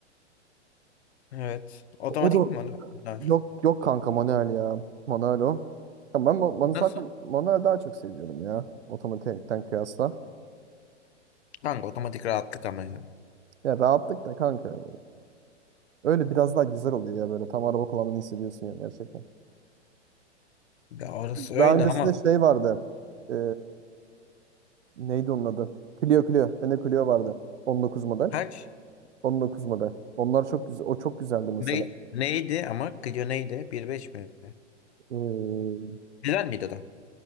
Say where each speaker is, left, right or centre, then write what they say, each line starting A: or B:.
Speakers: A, on the left; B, on the right.
A: Evet. Otomatik
B: O da
A: mi bunlar? Bunlar.
B: yok yok kanka manuel ya. Manuel o. Ya ben ma- bana zaten
A: Nasıl?
B: manuel daha çok seviyorum ya. Otomatikten kıyasla.
A: Kanka otomatik rahatlık ama ya.
B: Ya rahatlık da kanka. Öyle biraz daha güzel oluyor ya böyle. Tam araba kullandığını hissediyorsun ya gerçekten.
A: Ya orası öyle
B: Daha öncesinde
A: ama
B: şey vardı. e, Neydi onun adı? Clio Clio. Bende Clio vardı. 19 model.
A: kaç?
B: on dokuz model. Onlar çok güzel. O çok güzeldi mesela.
A: Ne, neydi ama Clio neydi? bir nokta beş mi?
B: Ee,
A: Güzel miydi o da?